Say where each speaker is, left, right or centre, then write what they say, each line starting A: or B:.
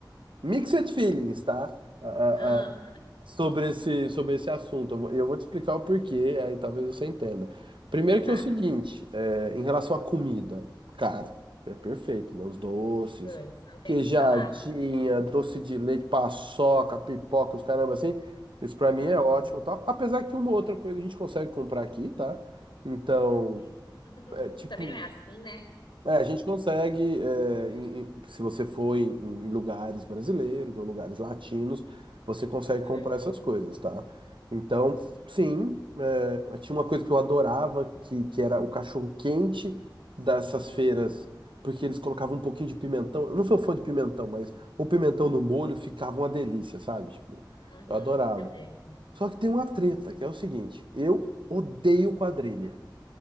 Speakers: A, on the right; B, on the left.
A: mixed feelings, tá? A,
B: Ah,
A: a- sobre esse, sobre esse assunto. Eu vou, eu vou te explicar o porquê, aí talvez você entenda. Primeiro
B: tá.
A: que é o seguinte, é, em relação à comida, cara, é perfeito, né? Os doces,
B: Putz, não tenho
A: queijadinha,
B: o que falar.
A: doce de leite, paçoca, pipoca, os caramba assim. Isso pra
B: Aham.
A: mim é ótimo, e tal. Apesar que uma outra coisa a gente consegue comprar aqui, tá? Então,
B: <laughs>
A: é tipo
B: Também não é assim, né?
A: é, a gente consegue, é, em- em- se você for em, em lugares brasileiros ou lugares latinos, você consegue
B: Uhum,
A: comprar essas coisas, tá? Então, sim, é, tinha uma coisa que eu adorava, que, que era o cachorro quente dessas
B: uhum,
A: feiras, porque eles colocavam um pouquinho de pimentão. Eu não sou fã de pimentão, mas o pimentão no molho ficava uma delícia, sabe? Tipo,
B: uhum,
A: eu adorava.
B: fica mesmo.
A: Só que tem uma treta, que é o seguinte, eu odeio quadrilha.